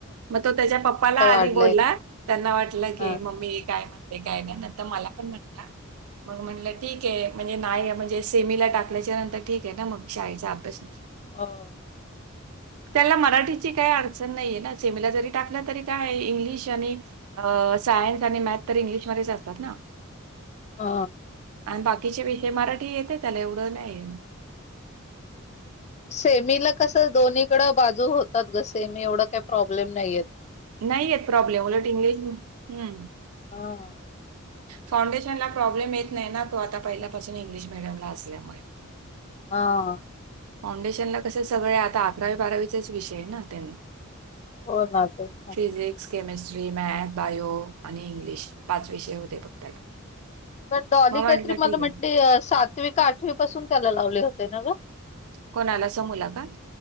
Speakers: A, on the right; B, on the left.
A: मग तो त्याच्या पप्पाला
B: वाढलंय
A: आधी बोलला त्यांना वाटलं की
B: ह
A: मम्मी काय म्हण ते काय नाही न तर मला पण म्हटला. मग म्हटलं ठीक आहे म्हणजे नाही म्हणजे सेमीला टाकल्याच्या नंतर ठीक आहे ना मग शाळेचा अभ्यास
B: अं.
A: त्याला मराठीची काय अड चन नाहीये ना सेमला जरी टाकलं तरी काय इंग्लिश आणि अ सायन्स आणि मॅथ तर इंग्लिशमध्येध्येच असतात ना.
B: अ.
A: आणि बाकीचे विषय मराठी येते त्याला एवढं नाही.
B: सेमीला कसं दोन्हीकडं बाजू होतात ग सेमी एवढं काही प्रॉब्लेम नाहीयेत
A: नाहीेयेत प्रॉब्लेम उलट इंग्लिश.. हम्
B: ह
A: फाउंडेशनला प्रॉब्लेम येत नाही ना तो आता पहिल्यापासून इंग्लिश मिीडियमला असल्यामुळे.
B: हा
A: फाउंडेशनला कस सगळ आता अकरावी बारावीचाच विषय आहे ना त्यांना
B: हो ना तेच ना,
A: फिजिक्स, केमिस्ट्री, मॅथ, बायो आणि इंग्लिश पाच विषय होते बघ त्याला.
B: पण डॉली
A: मग म्हटलं
B: काहीतरी मला
A: ठीक
B: म्हटली
A: आहे.
B: सातवी का आठवी पासून त्याला लावले होते ना ग.
A: कोणाला समुलका?